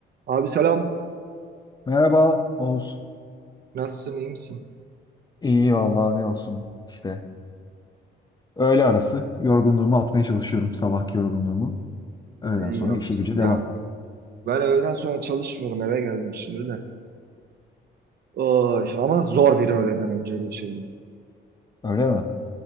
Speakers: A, on the right (about 55°); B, on the left (about 20°).
A: Abi selam.
B: Merhaba Oğuz.
A: Nasılsın, iyi misin?
B: İyi valla ne olsun işte. Öğle arası yorgunluğumu atmaya çalışıyorum. Sabahki yorgunluğumu. Öğleden
A: İyi
B: sonra
A: yaptın.
B: işe güce
A: Ya
B: devam.
A: ben öğleden sonra çalışmıyorum, eve geldim şimdi de. Oy, ama zor bir öğleden önce geçirdim.
B: Öyle mi?